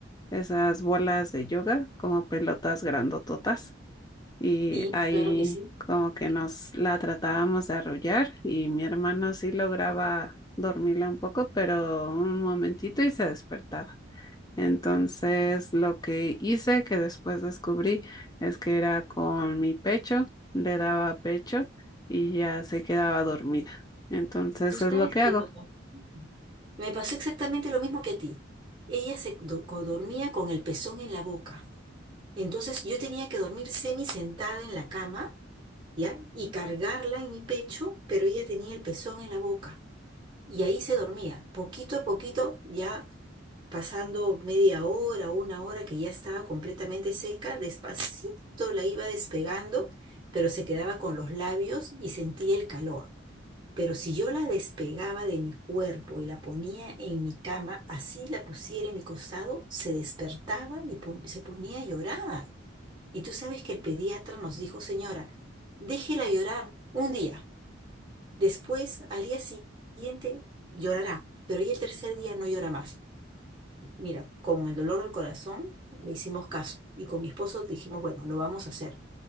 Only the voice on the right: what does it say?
Sí,
claro que sí.
Tú sabes
que
me pasó. Me pasó exactamente lo mismo que a ti. Ella se do- co- dormía con el pezón en la boca. Entonces yo tenía que dormir semi sentada en la cama, ¿ya? Y cargarla en mi pecho, pero ella tenía el pezón en la boca. Y ahí se dormía. Poquito a poquito ya Pasando media hora, una hora que ya estaba completamente seca, despacito la iba despegando, pero se quedaba con los labios y sentía el calor. Pero si yo la despegaba de mi cuerpo y la ponía en mi cama, así la pusiera en mi costado, se despertaba y pon- se ponía a llorar. Y tú sabes que el pediatra nos dijo, señora, déjela llorar un día, después al día siguiente llorará, pero ya el tercer día no llora más. Mira, con el dolor del corazón le hicimos caso y con mi esposo dijimos, bueno, lo vamos a hacer.